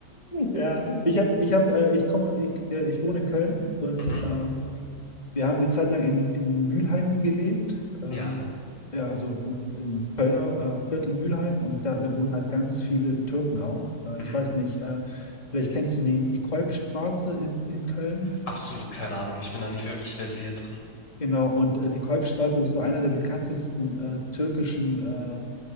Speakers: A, on the left; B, on the left.
A: ja, ich habe, ich habe, äh, ich komme, ich, äh, ich wohne in Köln und
B: Mhm.
A: ähm, Wir haben eine Zeit lang in, in Mülheim gelebt, ähm,
B: Ja.
A: ja, also in- im Kölner äh, Viertel Mülheim und da, da wohnen halt ganz viele Türken auch. Äh,
B: Mhm.
A: ich weiß nicht, äh, vielleicht kennst du die, die Kolbstraße in, in Köln.
B: Absolut keine Ahnung. Ich bin da nicht wirklich versiert drin.
A: Genau, und äh, die Kolbstraße ist so einer der bekanntesten äh, türkischen äh,